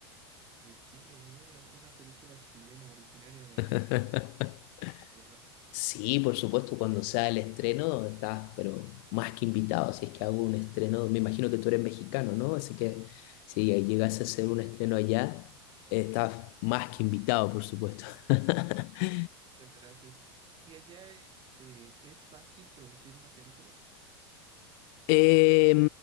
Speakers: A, on the right; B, on the left.
A: De Chile, uy, a ver, una película chilena originaria de ahí.
B: <laughs>
A: Suena muy interesante, la verdad.
B: Sí, por supuesto, cuando sea el estreno estás, pero más que invitado, si es que hago un estreno, me imagino que tú eres mexicano, ¿no? Así que si llegase a hacer un estreno allá, eh, estás más que invitado, por supuesto. <laughs>
A: Muchas gracias. ¿Y allá este, es fácil producir una película?
B: Eh,